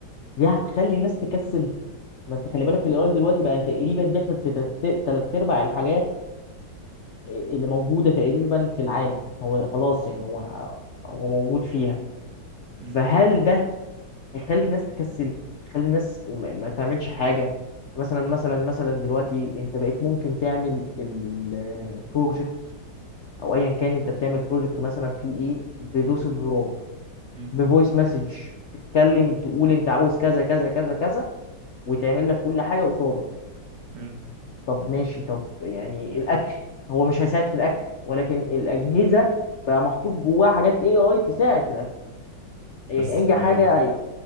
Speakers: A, on the left; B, on the right.
A: دي هتخلي الناس تكسل ما انت خلي بالك الاي اي دلوقتي بقى تقريبا داخل في تلات ارباع الحاجات اللي موجودة تقريبا في العالم هو خلاص يعني هو هو موجود فيها
B: مم،
A: فهل ده هيخلي الناس تكسل يخلي الناس ما ما تعملش حاجة مثلا مثلا مثلا دلوقتي انت بقيت ممكن تعمل البروجكت او ايا كان انت بتعمل بروجكت مثلا في ايه بدوسة زرار
B: مم،
A: بفويس مسج تتكلم تقول انت عاوز كذا كذا كذا كذا وتعمل لك كل حاجة قصادك
B: مم.
A: طب ماشي طب يعني الاكل هو مش هيساعد في الاكل ولكن الاجهزه بقى محطوط جواها حاجات اي اي تساعد في الاكل يعني
B: بس
A: اي
B: آه،
A: حاجه هيبقى